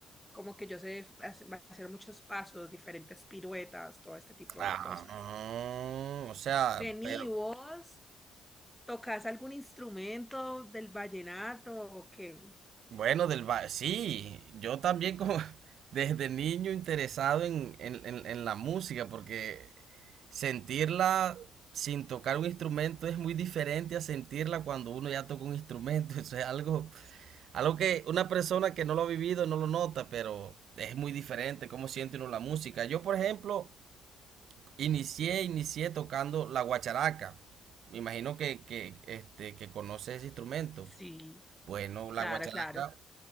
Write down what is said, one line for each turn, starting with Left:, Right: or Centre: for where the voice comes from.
Centre: Como que yo sé hace- hacer muchos pasos, diferentes piruetas, todo este tipo
Right: Ah,
Centre: de cosas.
Right: o sea,
Centre: Vení
Right: pero
Centre: vos, ¿tocás algún instrumento del vallenato o qué?
Right: Bueno, del ba- sí, yo también como <laughs> desde niño interesado en, en- en- en la música, porque sentirla sin tocar un instrumento es muy diferente a sentirla cuando uno ya toca un instrumento. <laughs> Eso es algo, algo que una persona que no lo ha vivido no lo nota, pero es muy diferente cómo siente uno la música. Yo, por ejemplo, inicié, inicié tocando la guacharaca. Me imagino que, que, este, que conoces ese instrumento.
Centre: Sí,
Right: Bueno, la
Centre: claro,
Right: guacharaca.
Centre: claro.